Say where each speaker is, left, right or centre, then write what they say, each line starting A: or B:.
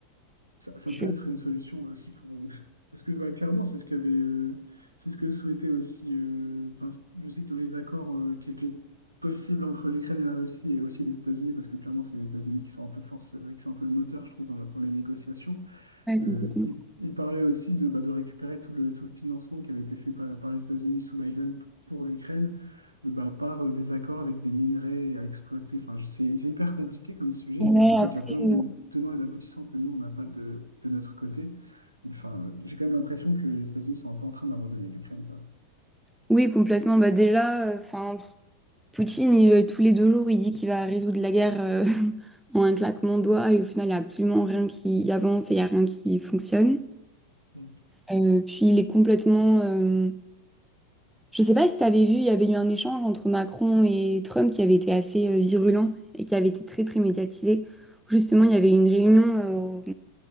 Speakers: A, on the right (about 85°); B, in the centre.
A: ça, ça
B: je.
A: peut être une solution aussi pour euh, <laughs> parce que bah, clairement, c'est ce qu'avait euh, c'est ce que souhaitait aussi euh, enfin, je sais que dans les accords euh, qui étaient possibles entre l'Ukraine et la Russie et aussi les États-Unis parce que clairement, c'est les États-Unis qui sont un peu force euh, qui sont un peu le moteur, je trouve dans, dans les négociations.
B: Ouais, complètement.
A: Euh, il, il parlait aussi de, bah, de récupérer tout le, tout le financement qui avait été fait par, par les États-Unis sous Biden p- pour l'Ukraine, euh, bah, par euh, des accords avec des minerais à exploiter. Enfin, je- c'est c'est hyper compliqué comme sujet.
B: Ouais,
A: J'imagine
B: après,
A: qu'il y a plein de
B: euh,
A: tenants et d'aboutissants que nous, on n'a pas de, de notre côté. Enfin, euh, j'ai quand même l'impression que les États-Unis sont un peu en train d'abandonner l'Ukraine, quoi.
B: Oui, complètement. Bah déjà, euh, enfin. Poutine, il, euh, tous les deux jours, il dit qu'il va résoudre la guerre euh, <laughs> en un claquement de doigts et au final, il n'y a absolument rien qui avance et il n'y a rien qui fonctionne.
A: Mm.
B: Euh, puis il est complètement... euh, Je ne sais pas si tu avais vu, il y avait eu un échange entre Macron et Trump qui avait été assez euh, virulent et qui avait été très très médiatisé. Justement, il y avait une réunion euh, au